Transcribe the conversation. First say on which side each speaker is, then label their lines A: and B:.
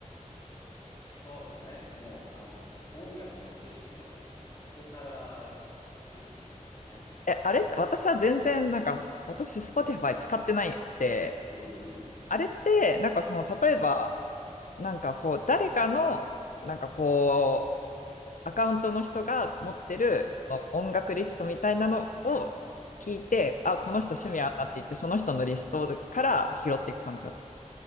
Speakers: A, on the left; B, on the left.
A: う。そうだね。もう、あの、音楽の知識はもうそこから入っていくよね。
B: え、あれ私は全然なんか、私 Spotify 使ってないくて、
A: うんうん。
B: あれって、なんかその、例えば、
A: うん。
B: なんかこう、誰かの、なんかこう、アカウントの人が持ってる、
A: うんうん。
B: その音楽リストみたいなのを聞いて、あ、この人趣味合うなって言って、
A: うん。
B: その人のリストから拾っていく感じだ。